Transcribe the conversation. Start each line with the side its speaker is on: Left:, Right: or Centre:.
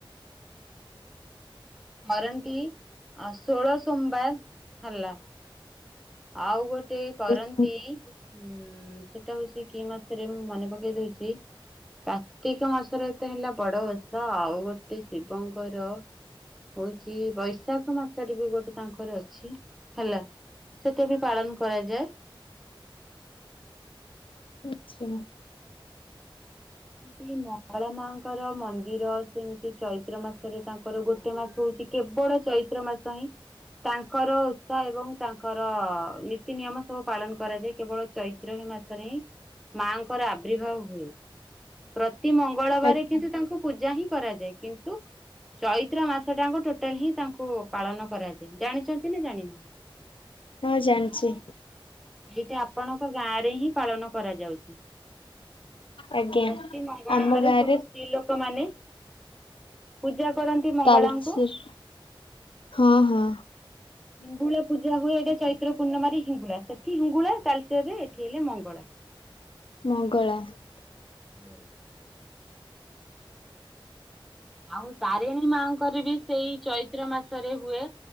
Centre: କରନ୍ତି ଷୋଳ ସୋମବାର ହେଲା। ଆଉ ଗୋଟେ
Left: ଆଜ୍ଞା
Centre: କରନ୍ତି ଉଁ, ସେଟା ହଉଛି କି ମାସରେ ମୁଁ ମନେ ପକେଇ ଦଉଛି। କାର୍ତ୍ତିକ ମାସରେ ତ ହେଲା ବଡ ଓଷା ଆଉ ଗୋଟେ ଶିବଙ୍କର ହଉଚି ବୈଶାଖ ମାସରେ ବି ଗୋଟେ ତାଙ୍କର ଅଛି ହେଲା। ସେଟା ବି ପାଳନ କରାଯାଏ।
Left: ଆଚ୍ଛା।
Centre: <inaudible> ଏ ଯୋଉ ମଙ୍ଗଳା ମାଙ୍କର ମନ୍ଦିର ସେମିତି ଚୈତ୍ର ମାସରେ ତାଙ୍କର ଗୋଟେ ମା ହଉଛି କେବଳ ଚୈତ୍ର ମାସ ହିଁ ତାଙ୍କର ସ ଏବଂ ତାଙ୍କର ନୀତି ନିୟମ ସବୁ ପାଳନ କରାଯାଏ କେବଳ ଚୈତ୍ର ହିଁ ମାସରେ ହିଁ। ମା ଙ୍କର ଆବ୍ରିଭାବ ହୁଏ। ପ୍ରତି ମଙ୍ଗଳବାରେ
Left: ଆଜ୍ଞା
Centre: କିନ୍ତୁ ତାଙ୍କୁ ପୂଜା ହିଁ କରାଯାଏ କିନ୍ତୁ ଚୈତ୍ର ମାସଟାଙ୍କ ଟୋଟାଲ ହିଁ ତାଙ୍କୁ ପାଳନ କରାଯାଏ, ଜାଣିଛନ୍ତି ନା ଜାଣିନାହଁ? <inaudible>
Left: ହଁ, ଜାଣିଛି।
Centre: ଏଇଟା ଆପଣଙ୍କ ଗାଁ ରେ ହିଁ ପାଳନ କରାଯାଉଛି।
Left: ଆଜ୍ଞା
Centre: ପ୍ରତି ମଙ୍ଗଳବାରେ
Left: ଆମ ଗାଁରେ
Centre: ସବୁ ସ୍ତ୍ରୀ ଲୋକ ମାନେ ପୂଜା କରନ୍ତି ମଙ୍ଗଳାଙ୍କୁ।
Left: ତାଲଚେର ହଁ ହଁ।
Centre: ହିଙ୍ଗୁଳା ପୂଜା ହୁଏ, ଏଇଟା ଚୈତ୍ର ପୂର୍ଣ୍ଣିମାରେ ହିଙ୍ଗୁଳା, ସେଠି ହିଙ୍ଗୁଳା, ଚୈତ୍ରରେ ଏଠି ହେଲେ ମଙ୍ଗଳା।
Left: ମଙ୍ଗଳା।
Centre: <inaudible> ଆଉ ତାରିଣୀ ମାଙ୍କର ବି ସେଇ ଚୈତ୍ର ମାସରେ ହୁଏ।